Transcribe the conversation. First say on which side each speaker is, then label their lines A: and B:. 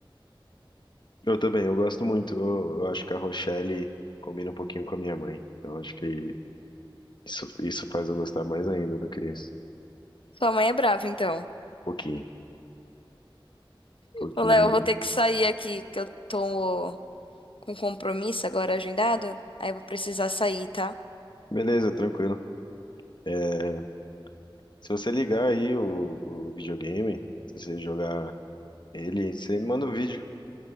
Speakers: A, on the left; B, on the left.
A: Eu também, eu gosto muito. Eu, eu acho que a Rochelle combina um pouquinho com a minha mãe. Então acho que Isso, isso faz eu gostar mais ainda do Chris.
B: Sua mãe é brava, então.
A: Pouquinho, pouquinho.
B: Ô, Léo, eu vou ter que sair aqui, que eu tô com compromisso agora agendado. Aí eu vou precisar sair, tá?
A: Beleza, tranquilo. É, se você ligar aí o, o videogame, se você jogar ele, você me manda um vídeo